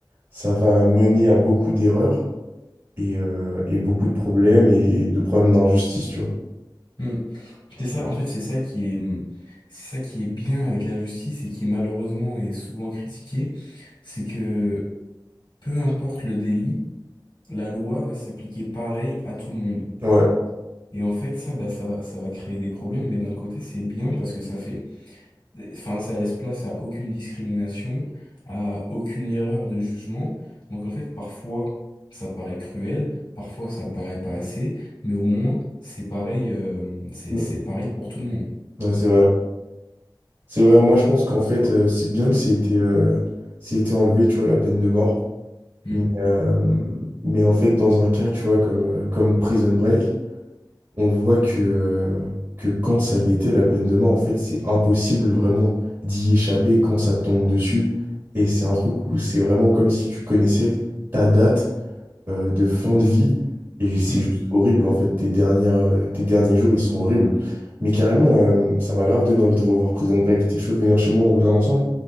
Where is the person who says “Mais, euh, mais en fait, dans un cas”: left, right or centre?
Right